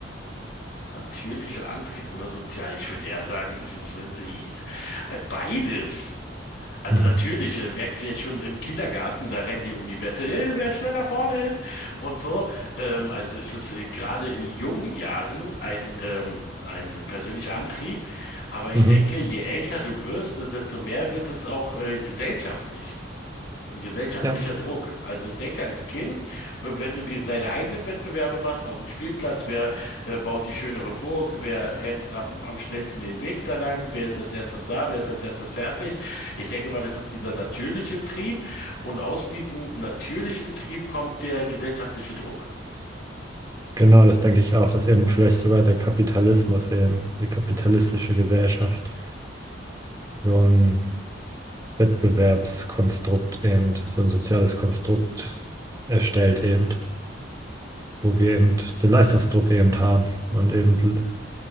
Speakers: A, on the left (about 70°); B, on the right (about 20°).
A: Natürlicher Antrieb oder sozial? Ich würde eher sagen, das ist äh, die- äh, beides. Also
B: Mhm.
A: natürlich, äh, merkst du jetzt schon im Kindergarten, da rennen die um die Wette, hey, wer schneller vorne ist und so. Ähm, also ist es äh, gerade in jungen Jahren ein, ähm, ein persönlicher Antrieb. Aber ich
B: Mhm.
A: denke, je älter du wirst, desto mehr wird es auch äh, gesellschaftlich. Ein gesellschaftlicher
B: Ja,
A: Druck. Also ich denke, als Kind, äh, wenn du dir deine eigenen Wettbewerbe machst auf dem Spielplatz, wer äh, baut die schönere Burg, wer rennt am, am schnellsten den Weg da lang, wer ist als erstes da, wer ist als erstes fertig. Ich denke mal, das ist dieser natürliche Trieb und aus diesem natürlichen Trieb kommt der gesellschaftliche Druck.
B: genau, das denke ich auch, dass eben vielleicht sogar der Kapitalismus eben, die kapitalistische Gesellschaft, so ein Wettbewerbskonstrukt eben, so ein soziales Konstrukt erstellt eben, wo wir eben den Leistungsdruck eben haben und eben